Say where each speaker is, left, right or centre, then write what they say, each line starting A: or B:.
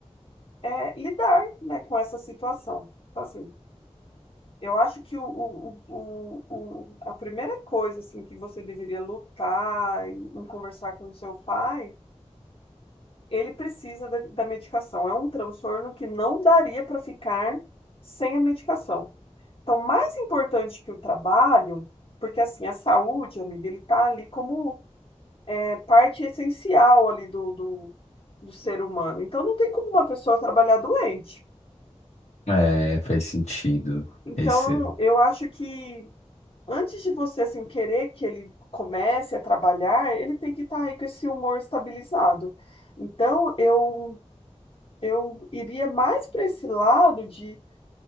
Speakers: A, on the left; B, on the left.
A: é, lidar, né, com essa situação. Então, assim, eu acho que o, o, o, o, o- a primeira coisa assim que você deveria lutar e em conversar com o seu pai, ele precisa da, da medicação. É um transtorno que não daria para ficar sem a medicação. Então, mais importante que o trabalho, porque assim, a saúde, amiga, ele tá ali como é parte essencial ali do, do, do ser humano. Então, não tem como uma pessoa trabalhar doente.
B: É, faz sentido.
A: Então,
B: Esse.
A: eu acho que antes de você assim, querer que ele comece a trabalhar, ele tem que estar aí com esse humor estabilizado. Então, eu, eu iria mais para esse lado de